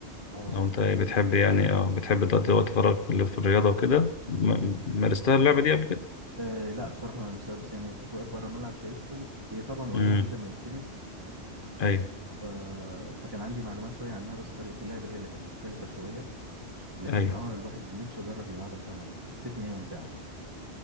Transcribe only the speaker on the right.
اه
جميلة
جدا
آه لا بصراحة ما لمستها بس يعني كنت واقف بره الملعب شايفهم هي طبعا قريبة
جدا من التنس
ف... فكان عندي معلومات شوية عنها بس طريقة اللعب هي اللي كانت مختلفة شوية لكن
اه الواحد نفسه يجرب يلعبها فعلا حسيت ان هي ممتعة